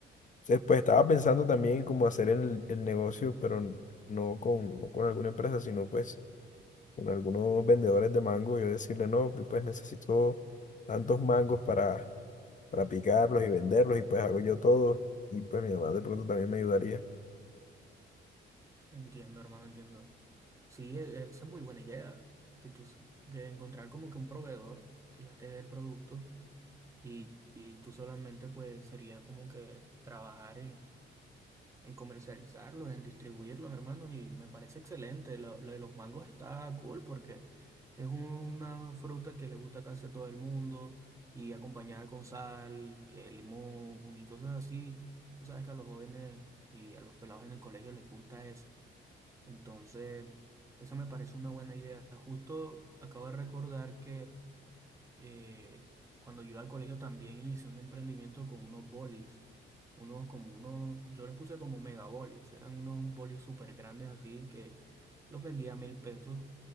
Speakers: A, on the left (about 40°); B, on the right (about 15°).
A: entonces, pues estaba pensando también como hacer el, el negocio, pero n- no con, no con alguna empresa, sino pues con algunos vendedores de mango, yo decirle, no, pues necesito tantos mangos para, para picarlos y venderlos y pues hago yo todo y pues mi mamá de pronto también me ayudaría.
B: Entiendo, hermano, entiendo. Sí, e- esa es muy buena idea, que tú s- de encontrar como que un proveedor que ya te dé el producto y, y tú solamente pues sería como que trabajar en en comercializarlos, en distribuirlos, hermanos, y me parece excelente. Lo, lo de los mangos está cool porque es una fruta que le gusta casi a todo el mundo y acompañada con sal, que limón y cosas así. Tú sabes que a los jóvenes y a los pelados en el colegio les gusta eso. Entonces, eso me parece una buena idea. Justo acabo de recordar que eh, cuando yo iba al colegio también inicié un emprendimiento con unos bolis, unos como unos, yo les puse como mega bolis, eran unos bolis súper grandes así que los vendía a mil pesos